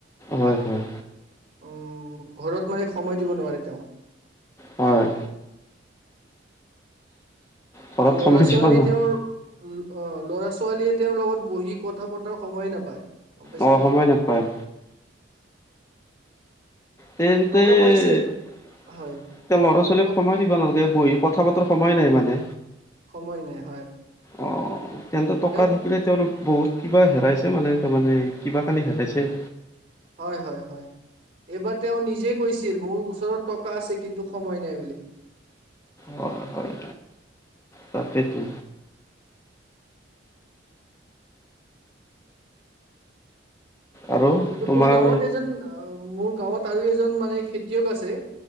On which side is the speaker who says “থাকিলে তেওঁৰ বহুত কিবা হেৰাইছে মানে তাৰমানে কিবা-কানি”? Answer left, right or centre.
Left